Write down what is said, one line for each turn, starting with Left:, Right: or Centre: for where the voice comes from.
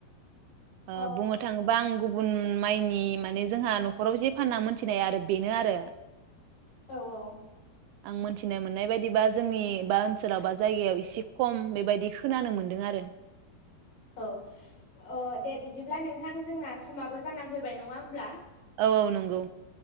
Right: ओ
Left: अ
Right: बुंनो थाङोबा <unintelligible> गुबुन माइनि माने जोंहा न खराव जे फानना मोनथिनाय आरो बेनो आरो।
Left: औ औ
Right: आं मोनथिनो मोननाय बायदिबा जोंनि बा ओनसोलाव बा जायगायाव एसे खम बेबायदि खोनानो मोनदों आरो।
Left: औ अ दे बिदिब्ला नों थां जोंना समाबो जाना फैबाय नङा होमब्ला?
Right: औ औ नंगौ।